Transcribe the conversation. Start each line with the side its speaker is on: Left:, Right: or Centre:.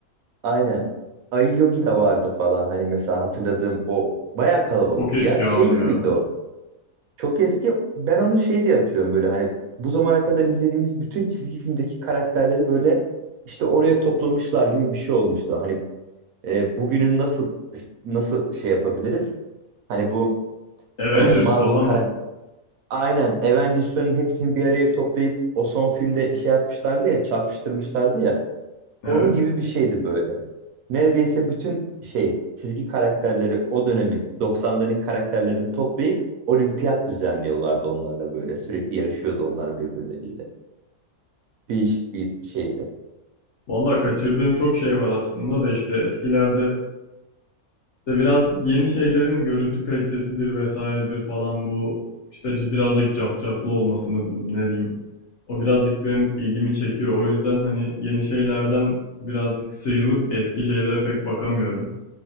Right: Aynen. Ayı Yogi de vardı falan. Hani mesela hatırladığım o bayağı kalabalıktı
Left: O çok eski
Right: ya. Şey
Left: abi
Right: gibiydi
Left: ya.
Right: o. Çok eski. Ben onu şey diye hatırlıyorum böyle hani bu zamana kadar izlediğimiz bütün çizgi filmdeki karakterleri böyle işte oraya toplamışlar gibi bir şey olmuştu. Hani e, bugünün nasıl nasıl şey yapabiliriz? Hani bu
Left: Avengers
Right: e, Marvel
Left: falan
Right: karakter
Left: mı?
Right: aynen Avengers'ların hepsini bir araya toplayıp o son filmde şey yapmışlardı ya çarpıştırmışlardı ya.
Left: Evet.
Right: Onun gibi bir şeydi böyle. Neredeyse bütün şey çizgi karakterleri o dönemin doksanların karakterlerini toplayıp olimpiyat düzenliyorlardı onlarla böyle. Sürekli yarışıyordu onlar birbirleriyle. Değişik bir şeydi.
Left: Valla kaçırdığım çok şey var aslında da işte eskilerde İşte birazcık yeni şeylerin görüntü kalitesidir vesairedir falan bu işte birazcık cafcaflı olması mı diyeyim ne diyeyim. O birazcık benim ilgimi çekiyor. O yüzden hani yeni şeylerden birazcık sıyrılıp eski şeylere pek bakamıyorum.